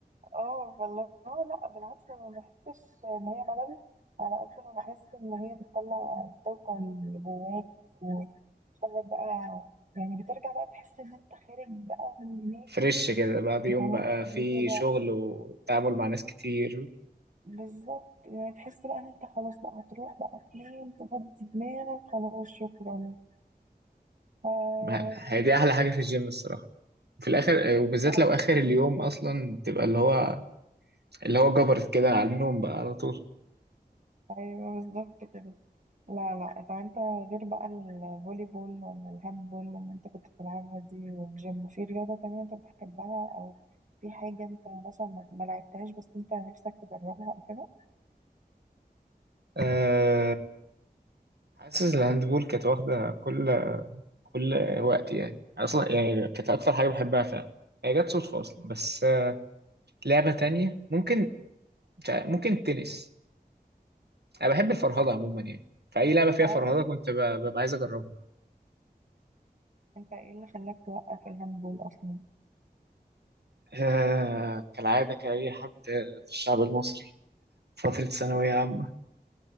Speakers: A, on the right; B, on the right.
A: اه والله اه لا بالعكس انا ما بحسش ان هي ملل على قد ما بحس ان هي بتطلع الطاقة اللي جواك وتخرج بقى يعني بترجع بقى تحس ان انت خارج بقى من هناك
B: فريش كده بعد يوم
A: يعني
B: بقى
A: عادي
B: في
A: كده
B: شغل وتعامل مع ناس كتير
A: بالظبط يعني تحس بقى ان انت خلاص بقى هتروح بقى فين تفضي دماغك خلاص شكرا اه
B: ما- هي دي احلى حاجه في الجيم الصراحه في الاخر آه، وبالذات
A: آه،
B: لو اخر اليوم اصلا تبقى اللي هو اللي هو جبرت كده على النوم بقى على طول
A: ايوه بالظبط كده لا لا طب انت غير بقى الفولي بول ولا الهاند بول اللي انت كنت بتلعبها دي والجيم في رياضة تانية انت بتحبها او في حاجة انت مثلا ما ما لعبتهاش بس انت نفسك تجربها او كده
B: أه... حاسس الهاندبول كانت واخده كل كل وقت يعني أنا اصلا يعني كانت اكتر حاجه بحبها فعلا هي جت صدفه اصلا بس آه، لعبه تانية ممكن مش عارف- ممكن التنس انا بحب الفرهده عموما يعني فاي لعبه فيها
A: اه
B: فرهده كنت ب- ببقى عايز اجربها
A: انت ايه اللي خلاك توقف الهاند بول اصلا
B: آه كالعاده كاي حد في الشعب المصري فتره ثانويه عامه